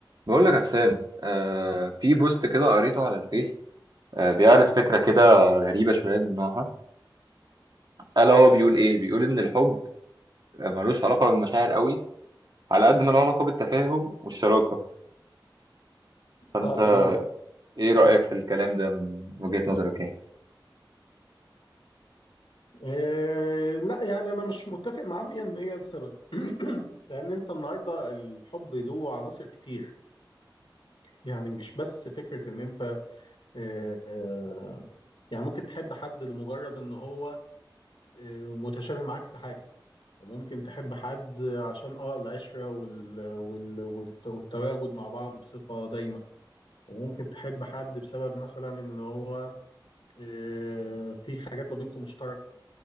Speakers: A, on the right; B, on the left.
A: بقول لك يا حسام آه في بوست كده قريته على الفيس آه بيعرض فكرة كده غريبة شوية من نوعها ألا هو بيقول إيه؟ بيقول إن الحب ملوش علاقة بالمشاعر قوي على قد ما له علاقة بالتفاهم والشراكة فأنت
B: اه تمام
A: إيه رأيك في الكلام ده من وجهة نظرك يعني؟
B: إيه لا يعني انا مش متفق معاه 100% لسبب <clears throat> لان انت النهارده الحب له عناصر كتير يعني مش بس فكره ان انت إيه آه، يعني ممكن تحب حد لمجرد ان هو إيه متشابه معاك في حاجه وممكن تحب حد عشان اه العشره وال وال والت- والتواجد مع بعض بصفه دايمه وممكن تحب حد بسبب مثلا ان هو إيه في حاجات ما بينكم مشتركه